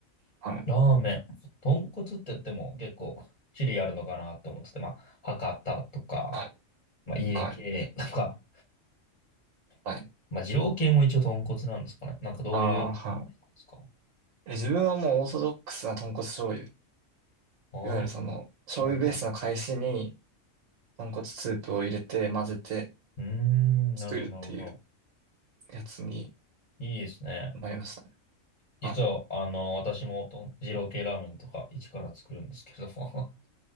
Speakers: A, on the right; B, on the left.
A: はい、
B: ーメン。豚骨って言っても結構種類あるのかなって思ってて、まあ、博多とか、
A: はい、
B: まあ、家系とか、
A: はい、はい。
B: まあ、二郎系も一応豚骨なんですかね。なんかどういう、
A: ああ、
B: で
A: は
B: すか
A: い。え、自分はもうオーソドックスな豚骨醤油。
B: ああー、
A: いわゆるその、醤油ベースの返しに
B: はいはい。
A: 豚骨スープを入れて混ぜて
B: うーん、
A: 作るっていう
B: なるほど、なるほど。
A: やつに
B: いいですね。
A: なりましたね。
B: 実は、
A: はい
B: あの、私もと二郎系ラーメンとか一から作るんですけれども